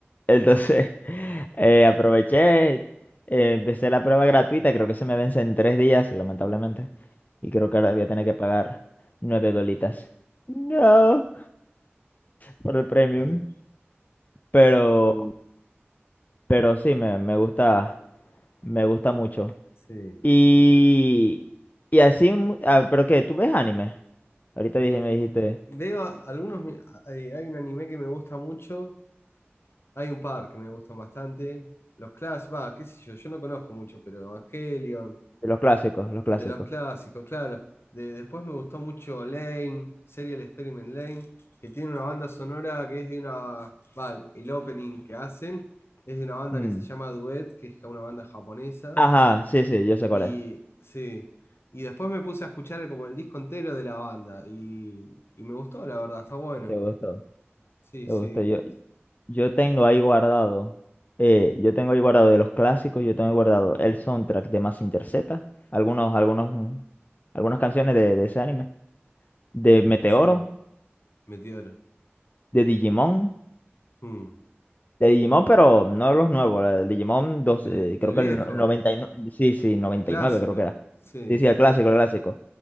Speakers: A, on the left; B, on the left.
A: Entonces, <laughs> eh, aproveché, eh, empecé la prueba gratuita, creo que se me vence en tres días, lamentablemente. Y creo que
B: mm,
A: ahora voy a tener que pagar nueve dolitas. No, por el premium.
B: está bien.
A: Pero, pero sí, me, me gusta, me gusta mucho.
B: Sí.
A: Y, y así, mu- ah, pero que, ¿tú ves anime? Ahorita
B: En
A: dije, me dijiste,
B: Veo a- algunos, mi- hay, hay un anime que me gusta mucho, hay un par que me gustan bastante. Los clásicos, va, qué sé yo, yo no conozco mucho, pero Evangelion,
A: de los clásicos, los clásicos.
B: de los clásicos, claro. De, después me gustó mucho Lane, Serial Experiment Lane, que tiene una banda sonora que es de una, va, el opening que hacen es de una banda
A: Mm.
B: que se llama Duet, que es una banda japonesa.
A: Ajá, sí, sí, yo sé cuál
B: Y
A: es.
B: sí, y después me puse a escuchar como el disco entero de la banda y, y me gustó, la verdad, está bueno.
A: Te gustó,
B: Sí,
A: te
B: sí.
A: gustó. Yo, yo tengo ahí guardado, eh, yo tengo ahí guardado de los clásicos, yo tengo ahí guardado el soundtrack de Mazinger Z, algunos, algunos, mm, algunas canciones de, de ese anime, de Meteoro,
B: Sí, Meteoro.
A: de Digimon,
B: Hmm.
A: de Digimon, pero no los nuevos, el Digimon 2,
B: El,
A: eh,
B: el
A: creo
B: viejo,
A: que el no- 99 sí, sí, 99
B: el clásico.
A: creo que era.
B: Sí,
A: Sí, sí, el clásico, el clásico.